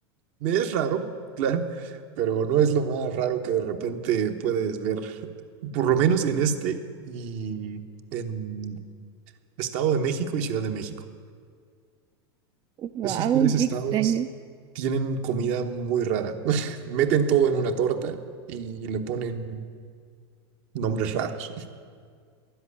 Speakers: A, on the right; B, on the right.
A: Me es raro, <laughs> claro, pero no es lo más raro que de repente puedes ver, por lo menos en este y en Estado de México y Ciudad de México.
B: ¡Wow!
A: Esos tres estados
B: ¡Qué extraño!
A: tienen comida muy rara. <laughs> Meten todo en una torta y le ponen nombres raros.